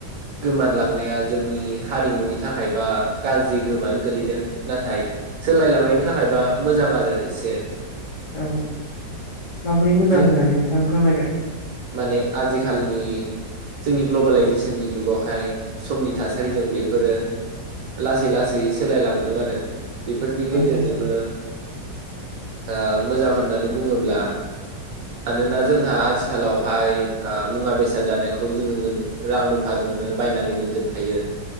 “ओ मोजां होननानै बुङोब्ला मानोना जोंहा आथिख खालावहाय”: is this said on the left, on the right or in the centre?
Right